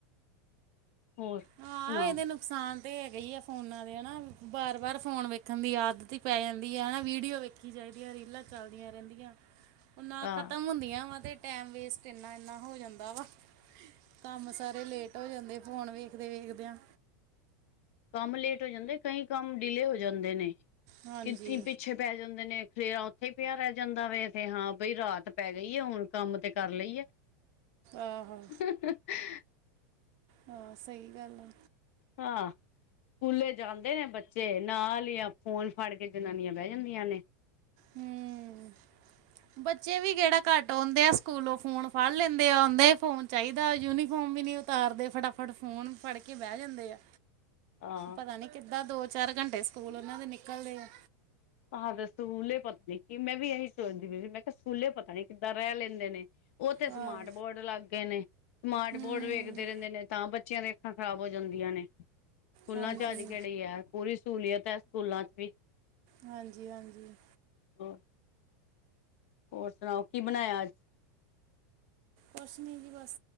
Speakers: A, on the left; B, on the right.
A: ਹੋਰ,
B: ਹਾਂ
A: ਸੁਨਾਓ।
B: ਇਹਦੇ ਨੁਕਸਾਨ ਤੇ ਹੈਗਾ ਈਂਆ ਫੋਨਾਂ ਦੇ ਹਨਾ, ਵਾਰ-ਵਾਰ ਫੋਨ ਵੇਖਣ ਦੀ ਆਦਤ ਈ ਪੈ ਜਾਂਦੀਐ, ਹਨਾ ਵੀਡੀਓ ਵੇਖ ਦੇਖੀਂ ਜਾਦੀਆਂ ਰੀਲਾਂ ਚੱਲਦੀਆਂ ਰੈਂਦੀਆਂ, ਓ ਨਾ
A: ਆਹ
B: ਖਤਮ ਹੁੰਦੀਆਂ ਵਾ ਤੇ ਟਾਈਮ ਵੇਸਟ ਏਨਾ-ਏਨਾ ਹੋ ਜਾਂਦਾ ਵਾ, ਕੰਮ ਸਾਰੇ ਲੇਟ ਹੋ ਜਾਂਦੇ ਫੋਨ ਵੇ ਵੇਖਦੇ ਵੇਖਦਿਆਂ।
A: ਕੰਮ ਲੇਟ ਹੋ ਜਾਂਦੇ, ਕਈ ਕੰਮ ਡਿਲੇ ਹੋ ਜਾਂਦੇ ਨੇ
B: ਹਾਂਜੀ
A: ਕਿਥੇ ਪਿੱਛੇ ਪੈ ਜਾਂਦੇ ਨੇ ਖੇਰਾ ਓਥੇ ਪੇਆ ਰੈ ਜਾਂਦਾ ਵੇ ਤੇੇ ਹਾਂ ਬਈ, ਰਾਤ ਪੈ ਗਈਏ ਹੁਣ ਕੰਮ ਤੇ ਕਰ ਲਈਏ।
B: ਆਹੋ।
A: <inaudible>
B: ਹਾਂ, ਸਈ ਗੱਲ ਏ।
A: ਹਾਂ, ਸਕੂਲੇ ਜਾਂਦੇ ਨੇ ਬੱਚੇ ਨਾਲ ਈਆ ਫੋਨ ਫੜ ਕੇ ਜਨਾਨੀਆਂ ਬੈ ਜਾਂਦੀਆਂ ਨੇ।
B: ਹੂੰ। ਬੱਚੇ ਵੀ ਕੇੜਾ ਘੱਟ ਆਉਂਦੇ ਆ ਸਕੂਲੋਂ ਫੋਨ ਫੜ ਲੈਂਦੇ, ਆਦੇ ਫੋਨ ਚਾਈਦਾ ਯੂਨੀਫਾਰਮ ਵੀ ਨੀ ਤਾਰਦੇ ਫਟਾਫਟ ਫੋਨ ਫੜ ਕੇ ਬੈ ਜਾਂਦੇ ਆ।
A: ਹਾਂ
B: ਪਤਾ ਨੀ ਕਿੱਦਾਂ ਦੋ-ਚਾਰ ਘੰਟੇ ਸਕੂਲ ਓਨਾਂ ਦੇ ਨਿਕਲਦੇ ਆ।
A: ਹਾਂ ਦੇ ਸਕੂਲੇ ਪਤਾ ਨੀ ਕਿ ਮੈਂ ਵੀ ਏਈ ਸੋਚਦੀ ਸੀਗੀ ਮੈਂ ਕੇਆ ਸਕੂਲੇ ਪਤਾ ਨੀ ਕਿੱਦਾਂ ਰੈ ਲੈਂਦੇ ਨੇ। ਓਥੇ ਸਮਾਰਟ
B: ਆਹ
A: ਬੋਰਡ ਲੱਗ ਗਏ ਨੇ, ਸਮਾਰਟ
B: ਹੂੰ
A: ਬੋਰਡ ਵੇਖਦੇ ਰੈਂਦੇ ਨੇ। ਤਾਂ ਬੱਚੇਆਂ ਦੇ ਅੱਖਾਂ ਖਰਾਬ ਹੋ ਜਾਂਦੀਆਂ ਨੇ, ਸਕੂਲਾਂ
B: ਹਾਂਜੀ
A: ਚ ਅੱਜ ਕੇੜੀ ਐ ਪੂਰੀ ਸਹੂਲੀਅਤ ਐ ਸਕੂਲਾਂ ਚ ਵੀ
B: ਹਾਂਜੀ-ਹਾਂਜੀ।
A: ਆਹ <unintelligible> ਹੋਰ ਸੁਣਾਓ ਕੀ ਬਨਾਇਆ ਅੱਜ?
B: ਕੁਸ਼ ਨਹੀਂ ਜੀ ਬਸ